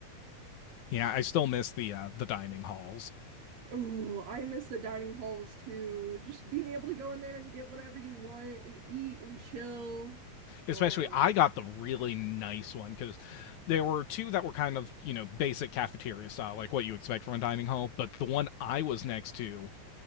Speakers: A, on the left; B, on the right.
A: Yeah, I still miss the uh, the dining halls.
B: Ooh, I miss the dining halls too. Just being able to go in there and get whatever you want and eat and chill.
A: Especially,
B: Uh,
A: I got the really nice one because there were two that were kind of you know basic cafeteria style, like what you expect from a dining hall. But the one I was next to,